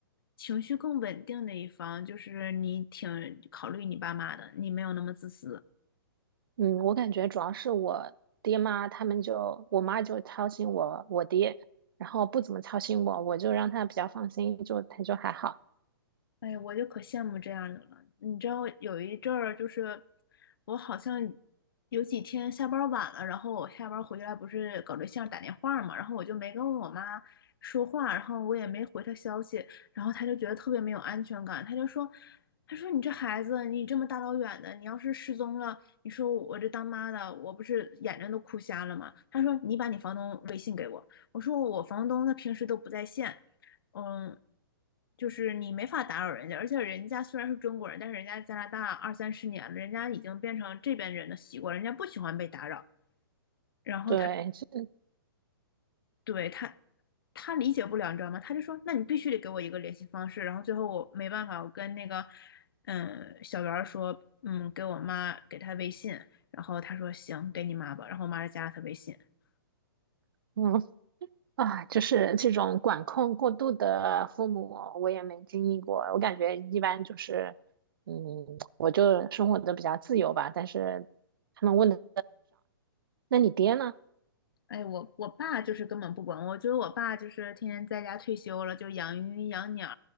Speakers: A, on the left; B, on the right.
A: 情绪更稳定的一方，就是你挺考虑你爸妈的，你没有那么自私。
B: 嗯，我感觉主要是我爹妈，他们就我妈就操心我，我爹，然后不怎么操心我，我就让他比较放心，就他就还好。
A: 哎呀，我就可羡慕这样的了。你知道有一阵儿，就是我好像有几天下班儿晚了，然后我下班儿回来不是搞对象打电话嘛，然后我就没跟我妈说话，然后我也没回她消息，然后她就觉得特别没有安全感，她就说，她说你这孩子，你这么大老远的，你要是失踪了，你说我这当妈的，我不是眼睛都哭瞎了吗？她说你把你房东微信给我，我说我房东他平时都不在线。嗯，就是你没法打扰人家，而且人家虽然是中国人，但是人家加拿大二三十年了，人家已经变成这边人的习惯，人家不喜欢被打扰。然后他
B: 对，<laughs>
A: 对他他理解不了，你知道吗？他就说：“那你必须得给我一个联系方式。”然后最后我没办法，我跟那个嗯小袁儿说：“嗯，给我妈给他微信。”然后他说：“行，给你妈吧。”然后我妈就加了他微信。
B: 嗯，啊，就是这种管控过度的父母，我也没经历过。我感觉一般就是，嗯，我就生活的比较自由吧。但是他们问的，那你爹呢？
A: 哎，我我爸就是根本不管我，觉得我爸就是天天在家退休了，就养鱼、养鸟